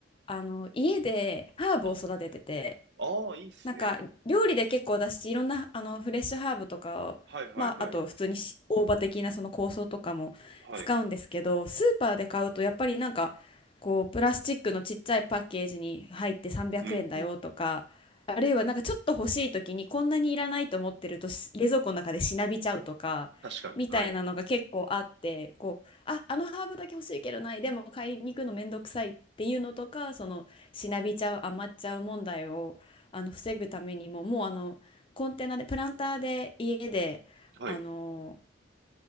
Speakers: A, on the left; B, on the right.
A: あの、家でハーブを育ててて、
B: ああ、ああ、いいっすね。
A: なんか料理で結構私いろんなあのフレッシュハーブとかを、
B: はいはいはい。
A: まあ、あと普通にし大葉的なその香草とかも使うんですけどスーパーで買うとやっぱりなんかこうプラスチックのちっちゃいパッケージに入って300円だよとかあるいはなんかちょっと欲しい時にこんなにいらないと思ってるとし冷蔵庫の中でしなびちゃうとかみたいなのが結構あってこうあ、
B: はい。うんうん。確かに。はい。
A: あのハーブだけ欲しいけどないでも買いに行くのめんどくさいっていうのとかそのしなびちゃう余っちゃう問題をあの防ぐためにももうあのコンテナでプランターで家であの
B: はい。